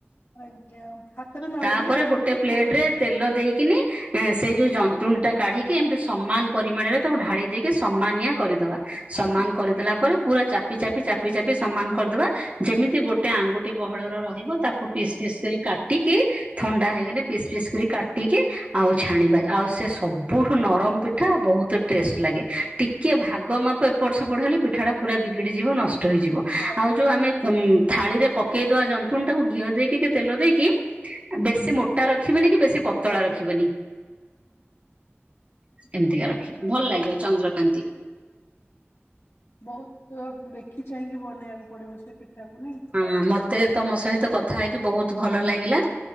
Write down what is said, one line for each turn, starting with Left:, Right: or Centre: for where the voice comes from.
Left: ଆଜ୍ଞା ହାତରେ ନ
Right: ତାପରେ
Left: ଲାଗିଲେ ଜାଣିବେ
Right: ଗୋଟେ
Left: ଯେ
Right: ପ୍ଲେଟରେ
Left: ଠିକ ଅଛି।
Right: ତେଲ ଦେଇକିନି ଏଁ ସେଇ ଯୋଉ ଜନ୍ତୁଣିଟା କାଢିକି ଏମିତି ସମାନ ପରିମାଣରେ ତାକୁ ଢାଳି ଦେଇକି ସମାନିଆ କରିଦବା। ସମାନ
Left: ହୁଁ
Right: କରିଦେଲା ପରେ ପୁରା ଚାପି ଚାପି ଚାପି ଚାପି ସମାନ କରିଦବା ଯେମିତି ଗୋଟେ ଟେ ଆଙ୍ଗୁଠି ବହଳର ରହିବ ତାକୁ ପିସ୍ ପିସ୍ କରି କାଟିକି ଥଣ୍ଡା ହେଇଗଲେ ପିସ୍ ପିସ୍ କରି କାଟିକି ଆଉ ଛାଣିବା ଆଉ ସେ ସବୁଠୁ ନରମ ପିଠ ଠା ବହୁତ ଟେଷ୍ଟ ଲାଗେ ଟି କିଏ ଭାଗ ମାପ ଏପଟ ସେପଟ ହେଲେ ପିଠା ଟା ପୁରା ବିଗିଡିଯିବ ନଷ୍ଟ ହେଇଯିବ
Left: ଆଜ୍ଞା
Right: ଆଉ ଯୋଉ ଆମେ କଉଁ ଥାଳିରେ ପକେଇଦବା ଜନ୍ତୁଣିଟାକୁ ଘିଅ ଦେଇକି କି ତେଲ ଦେଇକି ଆ ବେଶୀ ମୋଟା ରଖିବେନି କି ବେଶୀ ପତଳା
Left: ଆଜ୍ଞା
Right: ରଖିବନି ଏମିତିକା ର।
Left: ଆଜ୍ଞା
Right: ଭଲ ଲାଗିବ ଚନ୍ଦ୍ରକାନ୍ତି।
Left: ବହୁତ ଦେଖି ଚାହିଁକି ବନେଇବାକୁ ପଡିବ ସେ ପିଠାକୁ ନାଇଁ।
Right: ହୁଁ ମତେ ତମ ସହିତ କଥା ହେଇକି ବହୁତ ଭଲ ଲାଗିଲା